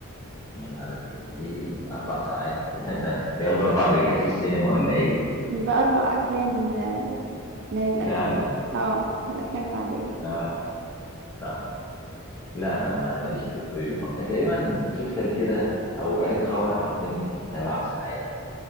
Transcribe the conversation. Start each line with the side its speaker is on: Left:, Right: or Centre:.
Left: يا نهار أسود ليه أربع ساعات <laughs> ده بياخدوا أربع بريكات في السينما ولا إيه
Right: باربع افلام آه، من الافلام
Left: <laughs> فعلا
Right: اه من الافلام العادية
Left: أه صح لا أنا ما ماليش في الطويل م- تقريبا شفت قبل كده أو قريت خبر عن فيلم كان سبع ساعات